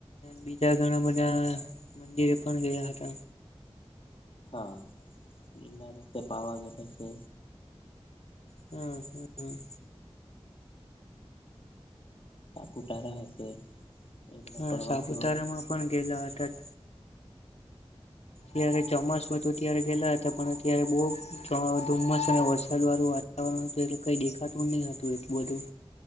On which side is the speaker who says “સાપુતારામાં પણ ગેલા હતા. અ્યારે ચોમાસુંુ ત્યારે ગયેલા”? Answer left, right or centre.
Left